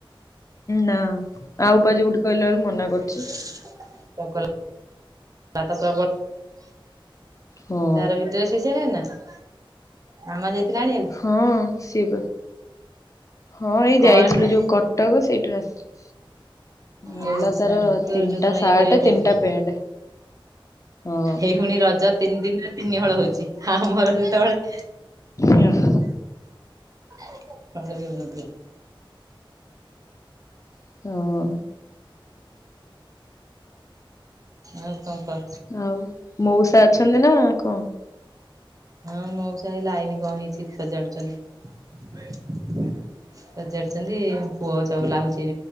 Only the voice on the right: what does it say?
ଚଗଲା
<unintelligible> ତାର <unintelligible> ନା କାମ
ଯାଇ ଥିଲା ଆଣିବାକୁ।
କଣ
ଆଣିଲା?
ଓହୋ ସାଡୁ
ତୋର
ଯୋଉଦିନ
ଇଏ କରିବାକୁ ଯାଇଥିଲ
ଏଇ ପୁଣି ରଜ ତିନି ଦିନିରେ ତିନି ହଳ ହଉଚି। ହଁ ହଁ ମୋର <unintelligible>
<unintelligible>
ଆଉ କଁ କ?
ହଁ ମଉସା ଏ ଲାଇନ୍ କଁ ହେଇଚି ସଜାଡୁଚନ୍ତି। ସଜାଡୁଚନ୍ତି। ପୁଅ ଚଗଲା ହଉଚି